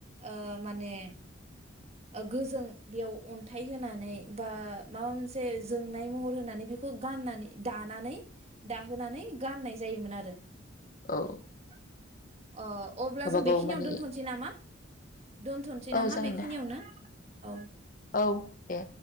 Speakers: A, on the right; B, on the left.
A: ओ माने गोजों बेयाव अन्थाइ होनानै बा माबा मोनसे जोंनाय महर होनानै बेखौ गान्नानै दानानै दाहोनानै गान्नाय जायोमोन आरो।
B: औ
A: <inaudible> अ अब्ला
B: गावबागाव
A: जों बेखिनियावनो
B: मानि
A: दोन्थ'नोसै नामा? दोनथ'नोसै
B: औ
A: नामा
B: जागोन
A: बेखिनियावनो
B: दे
A: औ
B: औ दे